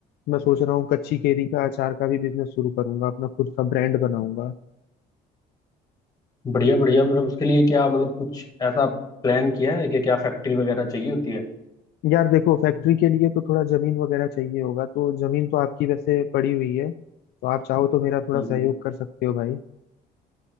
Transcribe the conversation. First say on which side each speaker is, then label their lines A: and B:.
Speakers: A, on the left (about 70°); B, on the left (about 20°).
A: मैं सोच रहा हूँ कच्ची केरी का अचार का भी बिजनेस शुरू करूंगा अपना खुद का ब्रांड बनाऊंगा
B: बढ़िया बढ़िया मतलब उसके लिए क्या मतलब कुछ ऐसा प्लान किया है कि क्या फैक्ट्री वगैरह चाहिए होती है
A: यार देखो फैक्ट्री के लिए तो थोड़ा जमीन वगैरह चाहिए होगा तो जमीन तो आपकी वैसे पड़ी हुई है तो आप चाहो तो मेरा थोड़ा
B: हम्म
A: सहयोग
B: हम्म।
A: कर सकते हो भाई